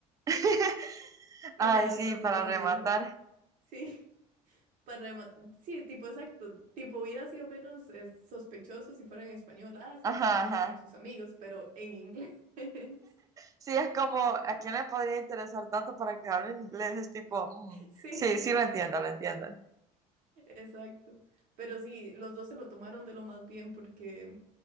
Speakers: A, on the right (about 25°); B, on the right (about 60°).
A: <laughs>
B: Y
A: Ay,
B: ya
A: sí,
B: después
A: para
B: fue cuando
A: rematar.
B: me dijo, sí. Para rema- sí, tipo exacto. Tipo hubiera sido menos eh, sospechoso si fuera en español. Ah, sí,
A: Ajá,
B: está hablando
A: ajá.
B: con sus amigos, pero en inglés. <laughs>
A: Sí, es como, ¿a quién le podría interesar tanto para que hable en inglés? Es tipo, mm,
B: Sí,
A: sí, sí, lo entiendo, lo entiendo.
B: exacto. Pero sí, los dos se lo tomaron de lo más bien porque